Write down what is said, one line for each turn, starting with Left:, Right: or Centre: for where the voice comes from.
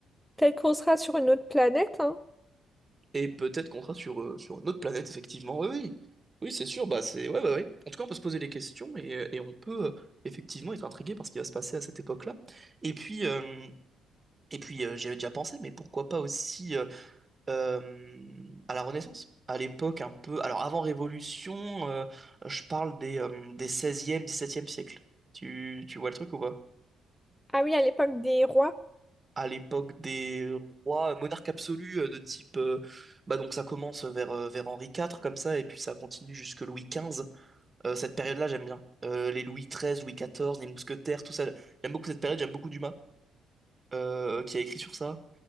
Centre: Peut-être qu'on sera sur une autre planète, hein.
Right: Et peut-être qu'on sera sur, euh, sur une autre planète, effectivement. Oui, oui. Oui, c'est sûr. Bah, c'est... Ouais, bah, ouais. En tout cas, on peut se poser des questions et, euh, et on peut euh, effectivement être intrigué par ce qui va se passer à cette époque-là. Et puis... euh, Et puis, euh, j'y avais déjà pensé, mais pourquoi pas aussi euh, euh, à la Renaissance, à l'époque un peu. Alors avant Révolution, euh, je parle des, euh, des 16e, 17 siècle. Tu, tu vois le truc ou pas?
Centre: Ah oui, à l'époque des rois.
Right: À l'époque des rois, euh, monarques absolus euh, de type. euh, bah donc ça commence vers, euh, vers Henri IV comme ça, et puis ça continue jusque Louis XV. Euh, cette période-là, j'aime bien. Euh, les Louis XIII, Louis XIV, les mousquetaires, tout ça. J'aime beaucoup cette période, j'aime beaucoup Dumas euh, qui a écrit sur ça.